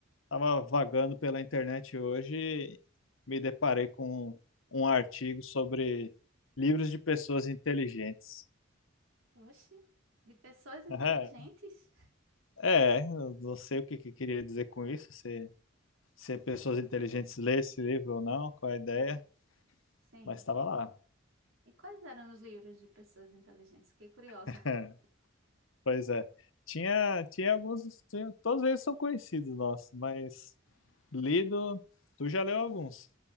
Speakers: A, on the left; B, on the right.
A: Estava vagando pela internet hoje e me deparei com um artigo sobre livros de pessoas inteligentes.
B: Oxe, de pessoas inteligentes?
A: <laughs> É, eu não sei o que que queria dizer com isso, se, se pessoas inteligentes lê esse livro ou não, qual a ideia,
B: Sim.
A: mas estava lá.
B: E quais eram os livros de pessoas inteligentes? Fiquei curiosa.
A: <laughs>
B: <laughs>
A: Pois é. Tinha, tinha alguns, tinha- todos eles são conhecidos nossos, mas lido, tu já leu alguns.